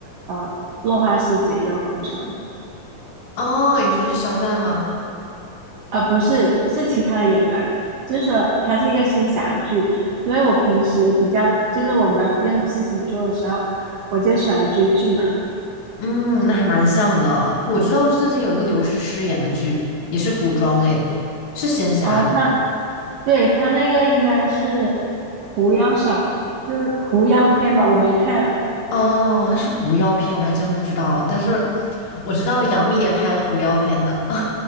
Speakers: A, on the right; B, on the left.
A: 呃《落花时节又逢春》，
B: 哦，你说是肖战吗？
A: 呃不是是其他的演员，就是说他是一个仙侠剧。因为我平时比较就是我没有任何事情做的时候，我就喜欢追剧嘛。
B: 嗯，那还蛮像的。我知道最近有一个刘诗诗演的剧，也是古装类的，是仙侠类
A: 哦、他对他那个应该是狐妖小，就是狐妖篇吧，我没看。
B: 哦，它是狐妖片，我还真不知道。但是我知道杨幂也拍了狐妖片的。